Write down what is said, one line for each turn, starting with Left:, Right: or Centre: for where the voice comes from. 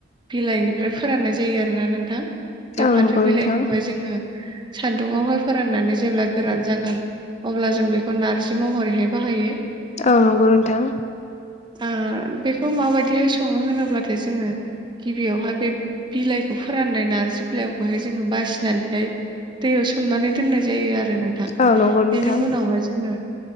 Right: बिलाइनिफ्राय फोराननाय जायो आरोना नोंथां। बे
Left: औ
Right: फाथो
Left: नंगौ
Right: बिलाइखौहाय
Left: नोंथां
Right: जोङो सान्दुङावहाय फोराननानै जेब्ला गोरान जागोन अब्ला जों बेखौ नार्जि महरैहाय बाहायो।
Left: औ नंगौ नोंथां
Right: ओ बेखौ माबादिहाय सं सङो होनोब्लाथाय जोङो गिबियावहाय बे बिलाइखौ फोराननाय नारजि बिलाइखौहाय जोङो बासिनानैहाय दैयाव सोमनानै दोननाय जायो आरो नोंथां।
Left: औ नंगौ नोंथां
Right: बेनि उनावहाय जोङो